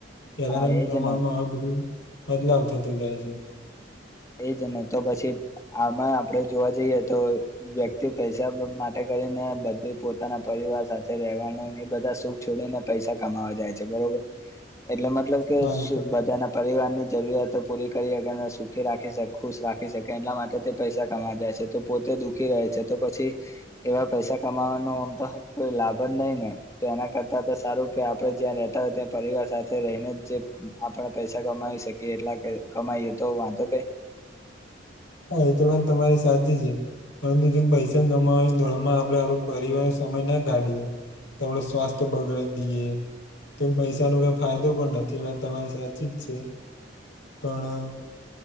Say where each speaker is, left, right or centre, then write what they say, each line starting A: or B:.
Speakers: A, on the left; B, on the left.
A: પહેલાના
B: હા એજ
A: પ્રમાણમાં
B: ને
A: આ બધું બદલાવ થતો જાય છે.
B: એજ નને તો પછી આમાં આપડે જોવા જઈએ તો વ્યક્તિ પૈસા માટે કરીને બધી પોતાના પરિવાર સાથે રહેવાનો બધા સુખ છોડીને પૈસા કમાવા જાય છે બરોબર, એટલે મતલબ
A: હા એ તો
B: બધા ના પરિવાર ની જરૂરતો પૂરી કરી દખી રાખી શકે ખુશ રાખી શકે એટલા માટે તે પૈસા કમા જાય છે તો પોતે દુઃખી રહે છે તો પછી. એવા પૈસા કમાવાનો આમ તો કોઈ લાભ જ નય ને. તો એના કરતા તો સારું કે આપડે જ્યાં રહેતા હોય ત્યાં પરિવાર સાથે રહીને જ જે આપણે પૈસા કમાવી શકીએ એટલા કમાઈએ તો વાંધો કઈ.
A: હા એ તો વાત તમારી સાચી છે. પરંતુ જેમ પૈસા કમાવાની દોડમાં આપડે આપડા પરિવાર સમય ના કાઢીએ. તો આપડું સ્વાસ્થ બગડાવ દિઈએ. તો પૈસા નો કઈ ફાયદો પણ નથી વાત તમારી સાચી જ છે. પણ